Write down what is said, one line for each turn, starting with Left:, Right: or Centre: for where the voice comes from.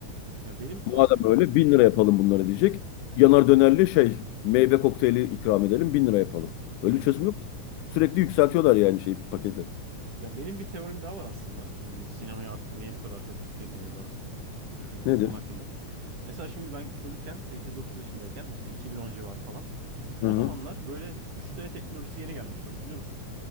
Right: Ya benim
Left: Madem
Right: aslında...
Left: öyle bin lira yapalım bunları diyecek.
Right: Hı hı.
Left: Yanar dönerli şey meyve kokteyli ikram edelim bin lira yapalım.
Right: Aynen.
Left: Öyle bir çözüm yok. Sürekli yükseltiyorlar yani şey paketi.
Right: Ya benim bir teorim daha var aslında. Hani sinemaya artık niye bu kadar çok gitmediğimizden e,
Left: Nedir?
Right: bunun hakkında. Mesela şimdi ben çocukken 8-9 yaşındayken işte 2010 civarı falan. O
Left: Hı hı.
Right: zamanlar böyle 3D teknolojisi yeni gelmişti hatırlıyor musun?